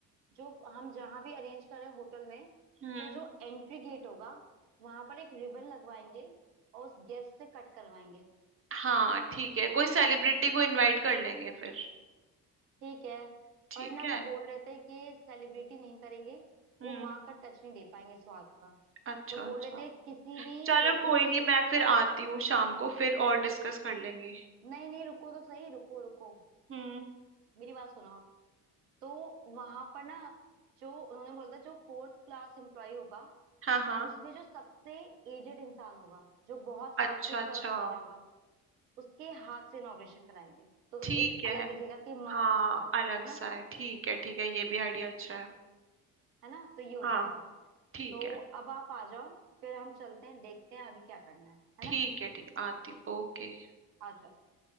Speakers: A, on the right (about 70°); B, on the right (about 25°).
A: जो हम जहां भी अरेंज कर रहे हैं होटल में
B: हम्म
A: तो जो एंट्री गेट होगा वहां पर एक रिबन लगवाएंगे और उस गेस्ट से कट करवाएंगे
B: हाँ ठीक है कोई सेलिब्रिटी को इनवाइट कर लेंगे फिर
A: ठीक है
B: ठीक
A: पर ना
B: है
A: वो बोल रहे थे कि सेलिब्रिटी नहीं करेंगे
B: हम्म
A: वो माँ का टच नहीं दे पाएंगे स्वाद का
B: अच्छा
A: तो बोल
B: अच्छा
A: रहे थे किसी भी
B: चलो
A: जैसे
B: कोई
A: कि
B: नहीं मैं फिर आती हूँ शाम को फिर और डिस्कस कर लेंगे
A: नहीं नहीं रुको तो सही रुको रुको
B: हम्म
A: मेरी बात सुनो आप तो वहां पर ना जो उन्होंने बोला था जो फोर्थ क्लास एम्प्लॉय होगा
B: हाँ हाँ
A: उसमें जो सबसे एजेड इंसान होगा जो बहुत साल
B: अच्छा
A: से सर्व
B: अच्छा
A: कर रहा होगा उसके हाथ से इनॉग्रेशन कराएंगे तो
B: ठीक
A: एक
B: है
A: अलग दिखेगा कि माँ
B: हाँ
A: का स्वाद
B: अलग
A: है ना
B: सा है ठीक है ठीक है ये भी आइडिया अच्छा है
A: है ना तो ये हो
B: हाँ
A: जाएगा
B: ठीक
A: तो
B: है
A: अब आप आ जाओ फिर हम चलते हैं देखते हैं आगे क्या करना है है
B: ठीक
A: ना
B: है ठीक है आती हूँ ओके
A: आ जाओ आ जाओ।